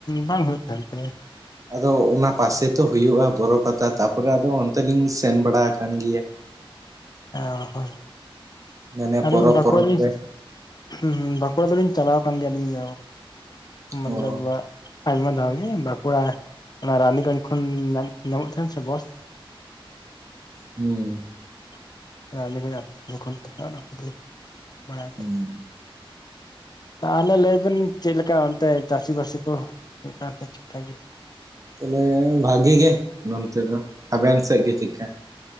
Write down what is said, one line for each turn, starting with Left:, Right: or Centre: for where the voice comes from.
Left: ᱵᱟᱝ ᱦᱩᱭᱩᱜ ᱛᱟᱦᱮᱱ ᱛᱟᱞᱮᱭᱟ
Right: ᱟᱫᱚ ᱚᱱᱟ ᱯᱟᱥᱮ ᱛᱚ ᱦᱩᱭᱩᱜ-ᱟ ᱵᱚᱨᱚ ᱯᱟᱛᱟ ᱛᱟᱯᱚᱨᱮ ᱟᱫᱚ ᱚᱱᱛᱮ ᱞᱤᱧ ᱥᱮᱱ ᱵᱟᱲᱟ ᱟᱠᱟᱱ ᱜᱮᱭᱟ᱾
Left: ᱚ ᱦᱳ
Right: ᱢᱟᱱᱮ
Left: ᱟᱹᱞᱤᱧ
Right: ᱯᱚᱨᱚᱵᱽ
Left: ᱵᱟᱠᱩᱲᱟᱞᱤᱧ
Right: ᱯᱚᱨᱚᱵᱽ ᱛᱮ
Left: ᱦᱩᱸ ᱦᱩᱸ ᱵᱟᱠᱩᱲᱟ ᱫᱚ ᱞᱤᱧ ᱪᱟᱞᱟᱣ ᱠᱟᱱ ᱜᱮᱭᱟ ᱟᱞᱤᱧ ᱦᱚᱸ ᱢᱟᱱᱮ
Right: ᱚ
Left: ᱟᱭᱢᱟ ᱫᱷᱟᱣ ᱜᱮ ᱵᱟᱸᱠᱩᱲᱟ ᱚᱱᱟ ᱨᱟᱱᱤᱜᱚᱸᱡᱽ ᱠᱷᱚᱱ ᱱᱟᱢ ᱧᱟᱢᱚᱜ ᱛᱟᱦᱮᱸᱱ ᱥᱮ ᱵᱚᱥ?
Right: ᱦᱩᱸ᱾
Left: <unintelligible>
Right: ᱦᱩᱸ
Left: ᱛᱟᱦᱚᱞᱮ ᱞᱟᱹᱭ ᱵᱤᱱ ᱪᱮᱫ ᱞᱮᱠᱟ ᱚᱱᱛᱮ ᱪᱟᱹᱥᱤ ᱵᱟᱹᱥᱤ ᱠᱚ‌ <unintelligible>
Right: ᱛᱟᱦᱚᱞᱮ ᱵᱷᱟᱜᱮ ᱜᱮ ᱱᱚᱱᱛᱮ ᱫᱚ, ᱟᱵᱮᱱ ᱥᱮᱫ ᱜᱮ ᱪᱮᱫᱠᱟ?